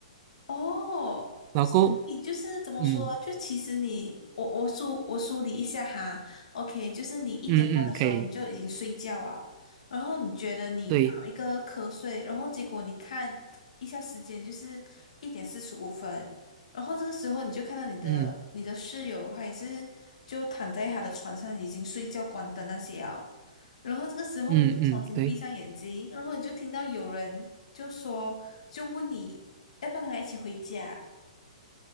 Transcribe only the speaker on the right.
然后过后，
嗯
嗯嗯，可以，
对，
嗯
嗯嗯，对。